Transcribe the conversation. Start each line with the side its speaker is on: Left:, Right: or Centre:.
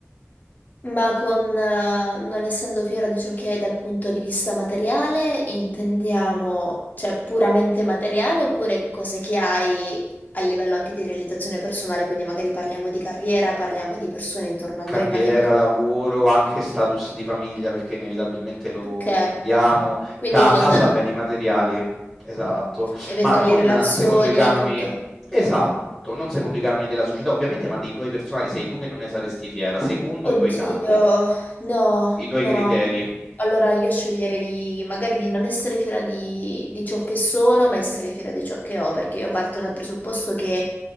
Left: Ma con eh, non essendo fiera di ciò che hai dal punto di vista materiale, intendiamo, cioè, puramente materiale oppure cose che hai a livello anche di realizzazione personale, quindi magari parliamo di carriera, parliamo di persone intorno a
Centre: carriera,
Left: noi, parliamo di...
Centre: lavoro, anche status di famiglia, perché inevitabilmente lo
Left: Ok,
Centre: includiamo,
Left: quindi
Centre: casa,
Left: con
Centre: beni materiali, esatto,
Left: eventuali
Centre: ma non
Left: relazioni,
Centre: secondo i canoni,
Left: tutto.
Centre: esatto, non secondo i canoni della società ovviamente, ma dei tuoi personali, sei tu che non ne saresti fiera, secondo
Left: Oddio,
Centre: i tuoi canoni,
Left: no,
Centre: i tuoi
Left: no.
Centre: criteri.
Left: Allora io sceglierei di, magari di non essere fiera di, di ciò che sono, ma essere fiera di ciò che ho, perché io parto dal presupposto che...